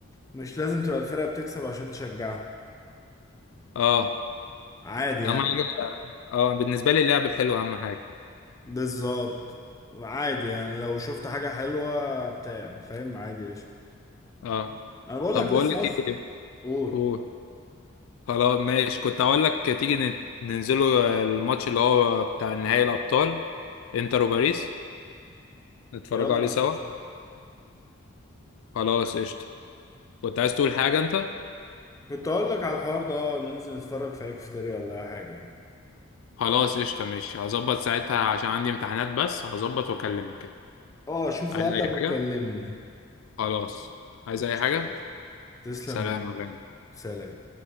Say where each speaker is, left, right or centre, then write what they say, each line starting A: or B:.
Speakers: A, on the left; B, on the left.
A: مش لازم تبقى الفرقه بتكسب عشان تشجعها
B: اه
A: عادي
B: اهم
A: يعني
B: حاجة اه بالنسبة لي اللعب الحلو اهم حاجة
A: بالظبط عادي يعني لو شفت حاجة حلوة بتاع فاهم عادي قشطة
B: اه
A: أنا بقول
B: طب
A: لك لسه
B: بقول لك
A: أصلا
B: ايه
A: قول
B: قول خلاص ماشي كنت هقول لك تيجي نت- ننزلوا الماتش اللي هو بتاع نهائي الأبطال انتر وباريس نتفرجوا
A: يلا
B: عليه سوا
A: يا باشا
B: خلاص قشطة كنت عايز تقول حاجة انت
A: كنت أقول لك على الحوار ده آه، ننزل نتفرج في هيكفتري ولا أي حاجة يعني
B: خلاص قشطة ماشي هظبط ساعتها عشان عندي امتحانات بس هظبط واكلمك كده
A: أه شوف
B: عايز
A: وقتك
B: أي
A: وكلمني
B: حاجة خلاص عايز
A: قشطة
B: أي حاجة
A: تسلم
B: سلام
A: يا-
B: يا غالي
A: سلام